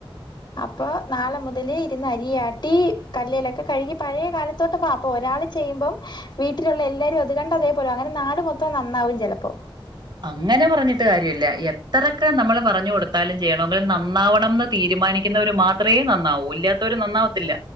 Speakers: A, on the left; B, on the right.
A: അപ്പൊ നാളെ മുതൽ ഇരുന്ന് അരിയാട്ടി കല്ലേലൊക്കെ കഴുകി പഴയ കാലത്തോട്ട് വാ അപ്പം ഒരാള് ചെയ്യുമ്പം വീട്ടിലുള്ള എല്ലാരും അത് കണ്ട് അതേപോലെ അങ്ങനെ നാട് മൊത്തം നന്നാവും ചിലപ്പോ
B: അങ്ങനെ പറഞ്ഞിട്ട് കാര്യമില്ല എത്രൊക്കെ നമ്മള് പറഞ്ഞു കൊടുത്താലും ചെയ്യണമെങ്കിൽ നന്നാവണം തീരുമാനിക്കുന്നവർ മാത്രമേ നന്നാവൂ ഇല്ലാത്തവർ നന്നാവത്തില്ല